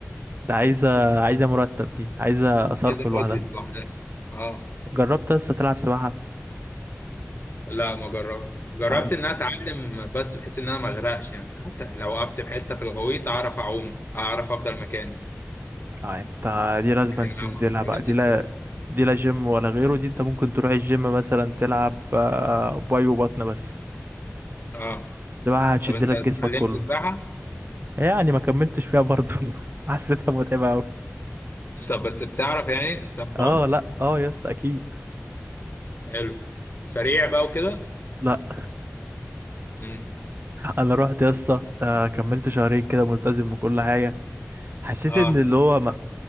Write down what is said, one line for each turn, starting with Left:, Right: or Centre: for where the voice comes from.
Right: ده عايزة عايزة مرتب دي عايزة صرف
Left: عايز البادجت
Right: لوحدها
Left: لوحدها اه
Right: جربت لسه تلعب سباحة
Left: لا ما جربت جربت
Right: لا انت
Left: ان انا اتعلم بس بحيث ان انا ما اغرقش يعني حتى لو وقفت في حته في الغويط اعرف اعوم اعرف افضل مكاني
Right: لا انت دي لازم
Left: لكن
Right: تنزلها
Left: انا ما اتعلمتش
Right: بقى دي لا
Left: سباحه
Right: دي لا جيم ولا غيره دي انت ممكن تروح الجيم مثلا تلعب آه، باي وبطن بس
Left: اه
Right: سباحة هتشد
Left: طب انت
Right: لك
Left: اتعلمت
Right: جسمك كله
Left: سباحه
Right: يعني ما كملتش فيها برضه <laughs> حسيتها متعبة قوي
Left: طب بس بتعرف يعني بتعرف تعوم
Right: اه لا اه يا اسطى اكيد
Left: حلو وسريع بقى وكده
Right: لا
Left: امم
Right: انا رحت يا اسطى آه، كملت شهرين كده ملتزم بكل حاجه حسيت
Left: اه
Right: ان اللي هو ما...